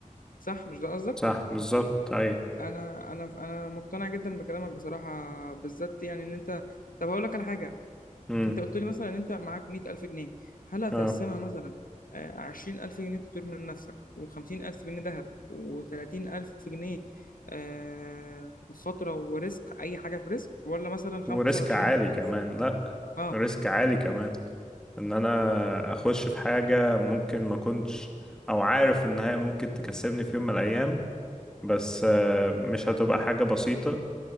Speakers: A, on the left; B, in the centre.
A: صح مش ده قصدك
B: صح بالظبط أيوة
A: انا انا انا مقتنع جدا بكلامك بصراحه بالذات يعني ان انت طب هقول لك على حاجه
B: امم
A: انت قلت لي مثلا ان انت معاك 100000 جنيه هل هتقسمها
B: اه
A: مثلا آه، 20000 جنيه تطور من نفسك و50000 جنيه ذهب و30000 جنيه آه، مخاطره وريسك اي حاجه في ريسك ولا مثلا 25000
B: وريسك عالي كمان لأ
A: اه
B: ريسك عالي كمان ان انا اخش في حاجة ممكن ما كنتش او عارف ان هي ممكن تكسبني في يوم من الايام بس آه، مش هتبقى حاجة بسيطة